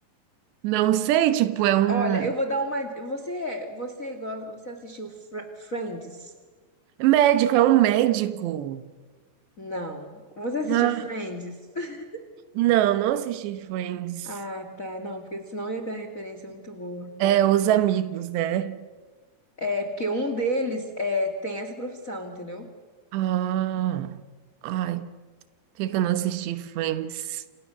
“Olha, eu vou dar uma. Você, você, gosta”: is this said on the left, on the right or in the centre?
Left